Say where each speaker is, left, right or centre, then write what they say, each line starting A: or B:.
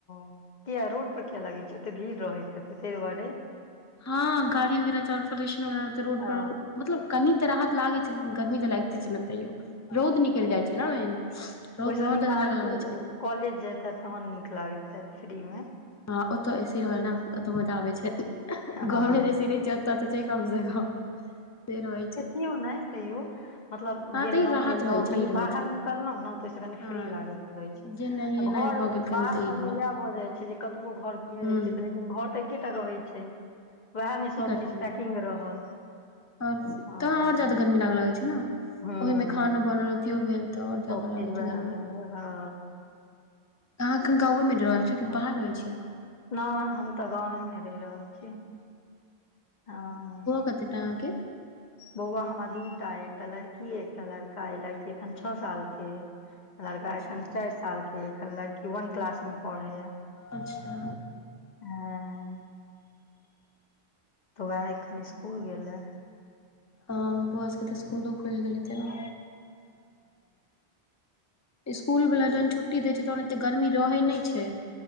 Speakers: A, on the left; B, on the left.
A: किया रोड पर किया लागै छै ओते भीड़ रहैत छैे ताहि दुआरे।
B: हँ गाड़ी वगैरह चोलन वग रहै, रोड
A: ओ
B: पर मतलब कनी तऽ राहत लागे छै। गर्मी तऽ लागिते छै ने तैयो, रौद निकलि जाइ छै ने। रौद
A: ओहिस
B: मे आओर
A: नीक
B: जादा
A: अहाँके
B: लागऽ लागै छै
A: कॉलेज जात हत तहन नीक लागैत हत फ्री में।
B: हँ ओतऽ एसी रहल ने ओतऽ मजा आबै छै। घर
A: हँ हँ
B: मे जैसे नहि छै ओत तऽ छै, कम से कम से रहै छै।
A: किओ नहि। तैयो मतलब
B: हँ
A: गों
B: तऽ ई राहत
A: एलो
B: रहै छै
A: कनि
B: ई रहै
A: बाहर
B: छै
A: निकललों ने तऽ ओहिस कनी
B: हँ
A: फ्री लागैत रह।
B: जे नहिये
A: घर
B: एनाइ भऽ गेल कनि
A: बाहर
B: तऽ
A: सबमे
B: ई रहल
A: इएह भऽ जाइ छै, जे कतबो घर कीन
B: हूँ
A: लै छियैन। घर तऽ एकटा रहै छै। वएह में सब
B: की करतै
A: चीज पैकिंग
B: लोक
A: रहल।
B: आओर
A: हँ
B: तहाँ आओर जादा गर्मी लागय लागै छै ने।
A: हूँ
B: ओहिमें खानो बनल अथियो भेल तऽ और ज्यादा
A: सब
B: लागै
A: चीज वएह
B: छै गर्मी।
A: मे हँ
B: अहाँ एखन गाँवे में रहल छियै कि बाहर रहै छियै।
A: नहि हम तऽ गाँवे में रैह रहल छी हँ।
B: कत्ते टा अहाँ के।
A: बौआ हमरा दूटा अय एकटा लड़की अय एकटा लड़का अय लड़की एखन छ साल के अय। लड़का
B: अच्छा
A: एखन चाइर साल के अय एखन लड़की वन क्लास में पढ़ैया।
B: अच्छा।
A: हँ। तऽ वएह एखन स्कूल गेलए।
B: हँ बौआ सबके तऽ स्कुलो खुइल गेल हेतै न। स्कूल वला जहन छुट्टी दै छै तहन एते गर्मी रहै नै छै।